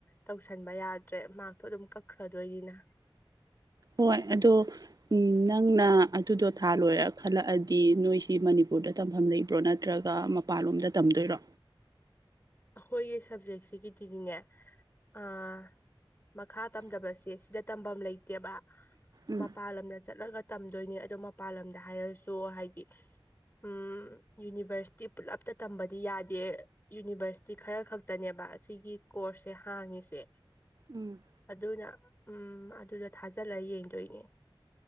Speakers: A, on the left; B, on the right.
A: ꯇꯧꯁꯟꯕ ꯌꯥꯗ꯭ꯔꯦ ꯃꯥꯔꯛꯇꯣ ꯑꯗꯨꯝ ꯀꯛꯈ꯭ꯔꯗꯣꯏꯅꯤꯅ
B: ꯍꯣꯏ ꯑꯗꯣ ꯎꯝ ꯅꯪꯅ ꯑꯗꯨꯗꯣ ꯊꯥ ꯂꯣꯏꯔ ꯈꯜꯂꯛꯑꯗꯤ ꯅꯣꯏꯁꯤ ꯃꯅꯤꯄꯨꯔꯗ ꯇꯝꯐꯝ ꯂꯩꯕ꯭ꯔꯣ ꯅꯠꯇ꯭ꯔꯒ ꯃꯄꯥꯟꯂꯣꯝꯗ ꯇꯝꯗꯣꯏꯔꯣ
A: ꯑꯈꯣꯏꯒꯤ ꯁꯕꯖꯦꯛꯁꯤꯒꯤꯗꯤꯗꯤꯅꯦ ꯑꯥ ꯃꯈꯥ ꯇꯝꯗꯕꯁꯦ ꯁꯤꯗ ꯇꯝꯐꯝ ꯂꯩꯇꯦꯕ
B: ꯎꯝ
A: ꯃꯄꯜ ꯂꯝꯗ ꯆꯠꯂꯒ ꯇꯝꯗꯣꯏꯅꯦ ꯑꯗꯣ ꯃꯄꯥꯟ ꯂꯝꯗ ꯍꯥꯏꯔꯁꯨ ꯍꯥꯏꯗꯤ ꯎꯝ ꯌꯨꯅꯤꯚꯔꯁꯤꯇꯤ ꯄꯨꯜꯂꯞꯇ ꯇꯝꯕꯗꯤ ꯌꯥꯗꯦ ꯌꯨꯅꯤꯚꯔꯁ ꯁꯤ ꯈꯔ ꯈꯛꯇꯅꯦꯕ ꯑꯁꯤꯒꯤ ꯀꯣꯔꯁꯁꯦ ꯍꯥꯡꯉꯤꯁꯦ
B: ꯎꯝ
A: ꯑꯗꯨꯅ ꯎꯝ ꯑꯗꯨꯗ ꯊꯥꯖꯜꯂ ꯌꯦꯡꯗꯣꯏꯅꯦ